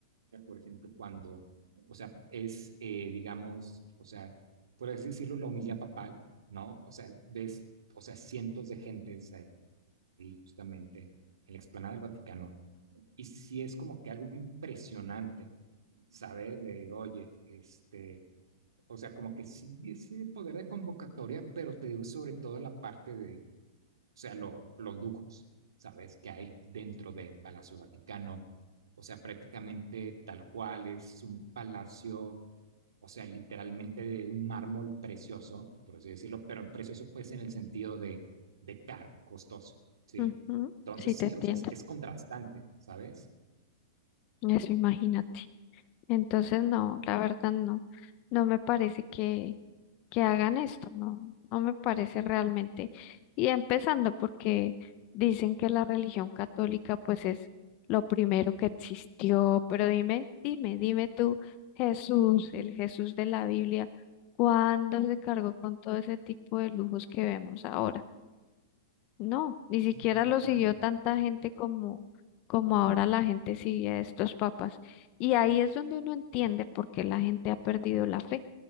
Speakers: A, on the right (about 80°); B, on the left (about 40°).
A: por ejemplo, cuando, o sea, es, eh, digamos, o sea, por así decirlo, la homilía papal, ¿no? O sea, ves, o sea, cientos de gentes ahí justamente en la explanada del Vaticano, y sí es como que algo impresionante, ¿sabes? De, oye, este, o sea, como que sí ese poder de convocatoria, pero te digo sobre todo la parte de, o sea, lo, los lujos, ¿sabes? Que hay dentro de Palacio Vaticano, o sea, prácticamente tal cual es un palacio, o sea, literalmente de un mármol precioso, por así decirlo, pero precioso pues en el sentido de, de caro, costoso, ¿sí?
B: Ujú,
A: Entonces
B: Sí, te
A: sí,
B: entiendo.
A: o sea, es, es contrastante, ¿sabes?
B: Eso, imagínate. Entonces, no, la verdad no, no me parece que, que hagan esto, no, no me parece realmente. Y empezando porque dicen que la religión católica pues es lo primero que existió, pero dime, dime, dime tú, Jesús, el Jesús de la Biblia, ¿cuándo se cargó con todo ese tipo de lujos que vemos ahora? No, ni
A: Sí,
B: siquiera
A: no,
B: lo
A: claro.
B: siguió tanta gente como, como
A: Ujú,
B: ahora la gente sigue a estos papas. Y ahí es donde uno entiende por qué la gente ha perdido la fe,